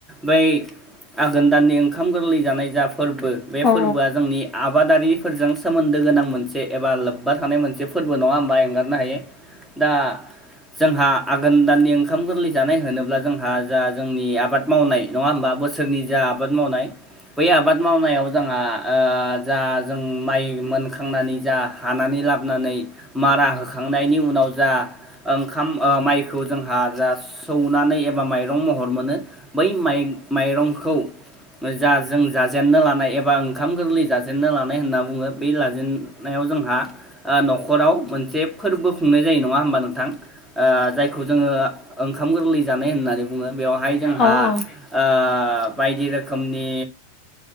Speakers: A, in the centre; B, on the left.
A: बै आघोन दाननि ओंखाम गोरलै जानाय जा फोरबो बे फोरबोआ
B: औ
A: जोंनि आबादारिफोरजों सोमोन्दो गोनां मोनसे एबा लोब्बा थानाय मोनसे फोरबो नङा होमबा एंगारनो हायो। दा जोंहा आघोन दाननि ओंखाम गोरलै जानाय होनोब्ला जोंहा जा जोंनि आबाद मावनाय नङा होमबा बोसोरनि जा आबाद मावनाय बै आबाद मावनायाव जोंहा ओ जा जों माइ मोनखांनानै जा हानानै लाबोनानै मारा होखांनायनि उनाव जा ओंखाम ओ माइखौ जोंहा जा सौनानै एबा माइरं महर मोनो बै माइ माइरंखौ जा जों जाजेननो लानाय एबा ओंखाम गोरलै जाजेनन्नो लानाय होनना बुङो बे लाजेनन्नायाव जोंहा ओ नखराव मोनसे फोरबो खुंनाय जायो नङा होमबा नोंथां। ओ जायखौ जोङो ओंखाम गोरलै जानाय होननानै बुङो बेवहाय जोंहा
B: औ
A: ओ
B: <inaudible>
A: बायदि रोखोमनि